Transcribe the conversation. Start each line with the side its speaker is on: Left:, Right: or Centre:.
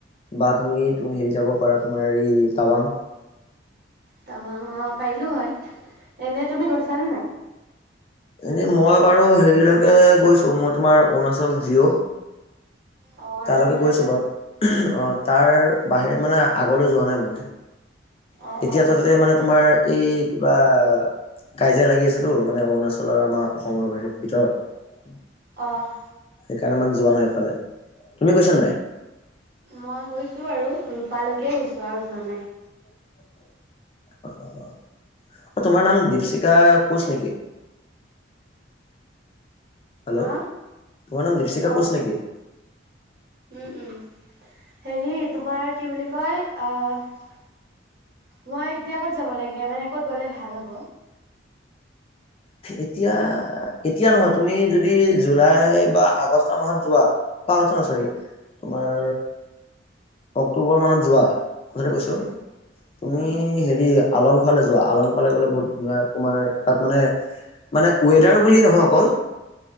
Left: বা তুমি তুমি হেৰি যাব পাৰা তোমাৰ এই টাৱাং।
Right: তটাবাং অ পাৰিলো হয় এনে তুমি গৈছানে নাই।
Left: এনেই মই বাৰু হেৰিলৈকে গৈছো মই তোমাৰ অৰুণাচল জিঅ'।
Right: অ অৰুণাচললৈকে
Left: কালকে গৈছো বাৰু। অ তাৰ বাহিৰে মানে আগলৈ যোৱা নাই মানে।
Right: অ
Left: এতিয়া
Right: অ
Left: তাতে মানে তোমাৰ এই কিবা। কাজিয়া লাগি আছেতো মানে অৰুণাচল আৰু আমাৰ অসমৰ বাহ ভিতৰত।
Right: অঁ।
Left: সেইকাৰণে মানে যোৱা নাই এইফালে তুমি গৈছা নে নাই।
Right: মই গৈছোঁ বাৰু ৰূপালৈকে গৈছোঁ আৰু যোৱা নাই।
Left: <inaudible> অ অ অ তোমাৰ নাম দীপশিকা কোঁচ নেকি। হেল্ল'
Right: হা
Left: তোমাৰ নাম দীপশিকা
Right: অ
Left: কৌচ নেকি।
Right: উম উম হেৰি তোমাৰ কি বুলি কয় আহ। মই এতিয়া ক'ত যাব লাগে মানে ক'ত গ'লে ভাল হ'ব।
Left: এতিয়া এতিয়া নহয় তুমি যদি জুলাই বা আগষ্ট মাহত যোৱা। প আছে ন চৰি
Right: উম,
Left: তোমাৰ অক্টোবৰ মানত। যোৱা কোনেতে কৈছো।
Right: উম,
Left: তুমি
Right: উম,
Left: হেৰি আলংফালে যোৱা আলংফালে। গলে বহুত ধুনীয়া তোমাৰ তাত মানে, মানে ওৱেডাৰ বুলি নহয় অকল